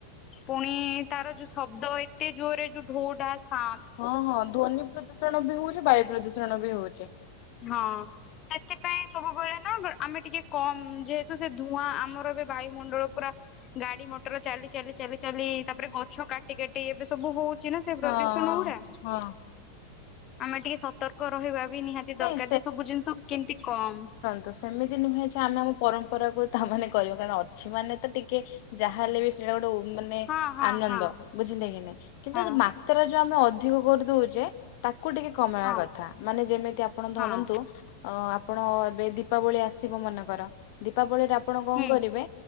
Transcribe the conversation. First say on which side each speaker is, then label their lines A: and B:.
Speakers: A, on the left; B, on the left.
A: ପୁଣି ତାର ଯୋଉ ଶବ୍ଦ ଏତେ ଜୋରରେ ଯୋଉ ଢୋ ଢା ସା
B: ହଁ ହଁ ଧ୍ୱନି ପ୍ରଦୂଷଣ ବି ହୋଉଚି ବାୟୁ ପ୍ରଦୂଷଣ ବି ହୋଉଚି।
A: ହଁ ସେଥିପାଇଁ ସବୁବେଳେ ନା ଆମେ ଟିକେ କମ ଯେହେତୁ ସେ ଧୂଆଁ ଆମର ଏବେ ବାୟୁମଣ୍ଡଳ ପୁରା ଗାଡି ମଟର ଚାଲି ଚାଲି ଚାଲି ଚାଲି ତାପରେ ଗଛ କାଟି କାଟି ଏବେ ସବୁ ହଉ ଚିନା ସେ ପ୍ରଦୂଷଣ
B: ହଁ
A: ଗୁଡା
B: ହଁ
A: ଆମେ ଟିକେ ସତର୍କ ରହିବା ବି ନିହାତି ଦରକାର
B: ନାଇଁ
A: ଯେ ସବୁ ଜିନିଷ କେମିତି କମ୍
B: ତ ସେମିତି ନୁହେଁ ଯେ ଆମେ ଆମ ପରମ୍ପରାକୁ ତାମାନେ କର କାରଣ ଅଛି ମାନେ ତ ଟିକେ ଯାହାହଲେ ବି ସେଇଟା ଗୋଟେ ମାନେ
A: ହଁ ହଁ
B: ଆନନ୍ଦ
A: ହଁ
B: ବୁଝିଲେ କି ନାଇଁ କିନ୍ତୁ
A: ହଁ
B: ର ଯୋଉ ଆମେ ଅଧିକ କରିଦଉଛେ ତାକୁ ଟିକେ କମେଇବା
A: ହଁ
B: କଥା ମାନେ ଯେମିତି ଆପଣ
A: ହଁ
B: ଧରନ୍ତୁ ଅ ଆପଣ ଏବେ ଦୀପାବଳି ଆସିବ ମନେକର ଦୀପାବଳିରେ ଆପଣ କଣ
A: ହୁଁ
B: କରିବେ?